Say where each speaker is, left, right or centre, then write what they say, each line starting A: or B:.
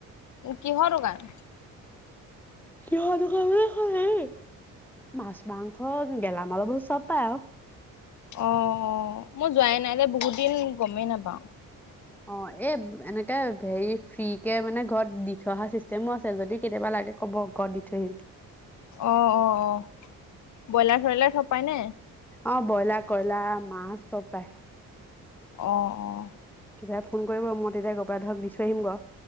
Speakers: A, on the left; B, in the centre.
A: কিহৰ দোকান?
B: কি হাল দোকান মানে এই খন হেৰী। মাছ মাংস গেলামালৰ বহুত চব পায় আও।
A: অ অ মই যোৱাই নাই বহুত দিন গমেই নাপাওঁ।
B: অ এ এনেকে হেৰি ফ্ৰী কে মানে ঘৰত দি থৈ অহা চিষ্টেমো আছে যদি কেতিয়াবা। তাকে হব্ ঘৰত দি থৈ আহিম।
A: অ' অ' অ'। বইলাৰ-চইলাৰ চব পায় নে?
B: অ ব্ৰইলাৰ কইলাৰ, মাছ চব পাই।
A: অ' অ'।
B: কিবাই ফোন কৰিব মই তেতিয়া ঘৰ পৰাই ধৰক দি থৈ আহিম গ।